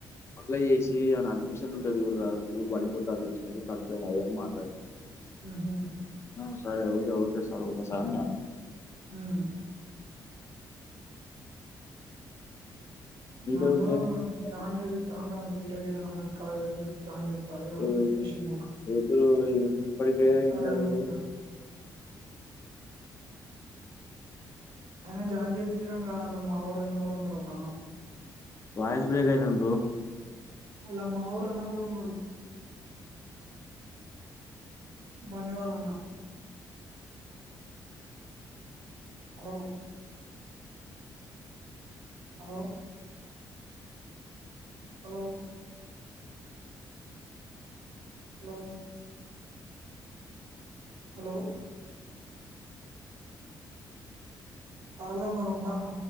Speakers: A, on the left; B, on the right.
A: మళ్ళా చేసి ఏనా అడ్మిషన్ ఉంటే జూడురా స్కూల్ పడిపోతాంది, స్ట్రెంత్ తక్కుపోయినా అని మాట్లాడిండు.
B: ఆహా
A: ఆ సరే okay okay sir okay sir అని అన్న
B: ఉమ్
A: నీతో
B: నను
A: ఫోన్ చేసి ఏమంటాండు
B: జాన జెబితా అంటాండు బీటెక్ ఏదైనా మంచి కాలేజీలో జాన్ తవయన్
A: ఈ
B: ఏశిన్ మొన్న
A: ఇద్దరు ఇప్పటికే
B: సరే
A: ఇంటరు
B: అని చెప్పిన ఆయన జాయిన్ చేపించి నాను కాదాల మా ఊరు అన్నా కూడా ఉన్నాడు ఒక అన్నా.
A: వయిస్ బ్రేక్ అయితాంది బ్రో
B: అల్ల మాఊరు అన్న గుడ ఉన్నడు. బన్నీ వాళ్ళ అన్న hello hello hello hello hello సరేలే మరి ఉంటాన్న